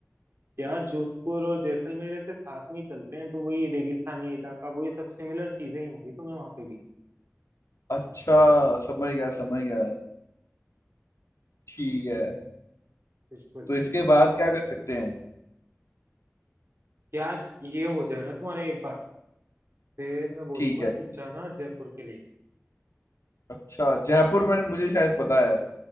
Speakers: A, on the right; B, on the left.
A: यहाँ जोधपुर और जैसलमेर से साथ में ही चलते हैं तो वही रेगिस्तानी इलाका वही सब सिमिलर चीजें ही होंगी तुम्हें वहां पे भी
B: अच्छा समझ गया समझ गया ठीक है
A: बिल्कुल
B: तो इसके बाद क्या कर सकते हैं
A: यार ये हो जाए ना तुम्हारा एक बार फिर मैं बोलूंगा
B: ठीक है
A: तुम जाना जयपुर के लिए
B: अच्छा जयपुर में मुझे शायद पता है